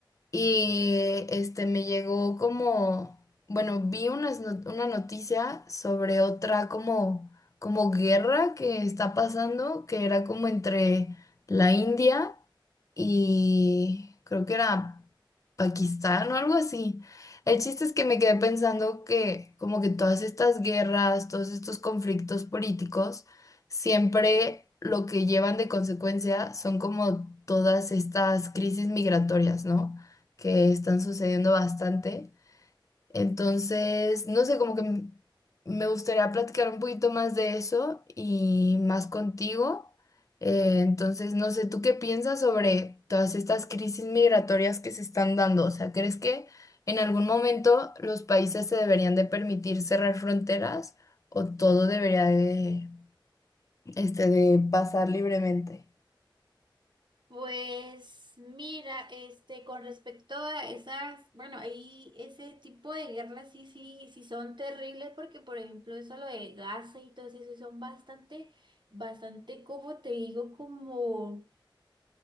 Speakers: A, on the left; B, on the right.
A: y este me llegó como, bueno, vi unas not- una noticia sobre otra como, como guerra que está pasando, que era como entre la India. y creo que era Pakistán o algo así. El chiste es que me quedé pensando que como que todas estas guerras, todos estos conflictos políticos, siempre lo que llevan de consecuencia son como todas estas crisis migratorias, ¿no? Que están sucediendo bastante. Entonces, no sé, como que m- me gustaría platicar un poquito más de eso y más contigo. Eh, entonces, no sé, ¿tú qué piensas sobre todas estas crisis migratorias que se están dando? O sea, ¿crees que en algún momento los países se deberían de permitir cerrar fronteras o todo debería de, este, de pasar libremente?
B: Pues mira, este, con respecto a esas, bueno, ahí ese tipo de guerras sí, sí, sí son terribles porque, por ejemplo, eso lo de Gaza y todo eso sí son bastante, bastante, como te digo, como